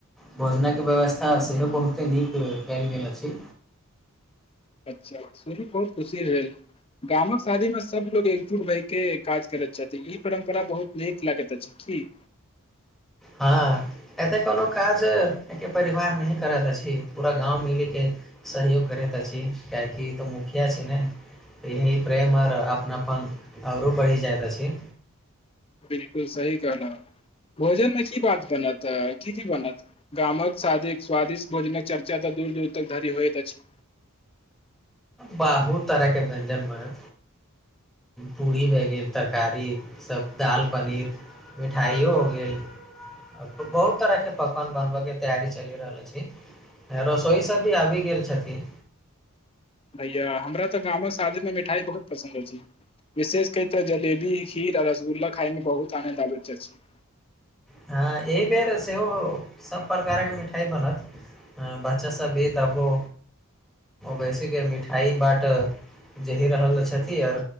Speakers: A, in the centre; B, on the left.
A: भोजनके व्यवस्था सेहो बहुते नीक कयल गेल अछि
B: अच्छा सूनि कऽ बहुत खुशी भेल गामक शादी मे सब लोग एकजुट भए के काज करैत छथि ई परम्परा बहुत नीक लागैत अछि की
A: हँ एतेक कोनो काज एके परिवार नहि करैत अछि पूरा गाँव मिलीके सहयोग करैत अछि कियाकि ई तऽ मुखिया छै ने तऽ यही प्रेम आओर अपनाप आओरो बढ़ि जाइत अछि
B: बिलकुल सही कहलह भोजन मे की बात बनतऽ की की बनत गाम कऽ शादी स्वादिस्ट भोजनक चर्चा तऽ दूर दूर तक धरी होइत अछि
A: बाहुत तरह के व्यंजन बनल पूरी भए गेल तरकारी सभ दालि पनीर मिठाइओ हो गेल बहुत तरह के पकवान बनबय के तैयारी चलि रहल अछि रसोइ सब भी आबि गेल छथिन
B: भैया हमरा तऽ गामक शादीमे मिठाइ बहुत पसन्द अछि विशेष कै तऽ जलेबी खीर आ रसगुल्ला खाइमे बहुत आनन्द आबैत अछि
A: हँ एहि बेर सेहो सब प्रकारके मिठाई बनत आ बच्चा सब ई तबो बेैस मिठाई बाटत जेहि रहल छथिन आओर